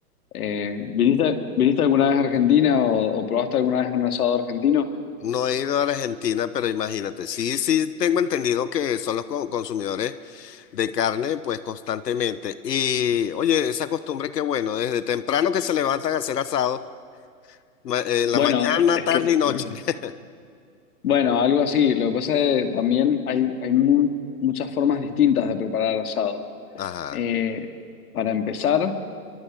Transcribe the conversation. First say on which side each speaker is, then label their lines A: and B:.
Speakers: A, on the left; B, on the left.
A: Eh, ¿viniste, viniste alguna vez a Argentina o, o probaste alguna vez un asado argentino?
B: No he ido a Argentina, pero imagínate, sí, sí tengo entendido que son los co- consumidores de carne, pues constantemente. Y oye, esa costumbre que bueno, desde temprano que se levantan a hacer asados, ma- en la
A: Bueno,
B: mañana,
A: es
B: tarde
A: que,
B: y noche.
A: <clears throat>
B: <laughs>
A: bueno, algo así. Lo que pasa es que también hay, hay mu- muchas formas distintas de preparar asado.
B: Ajá,
A: Eh, para empezar,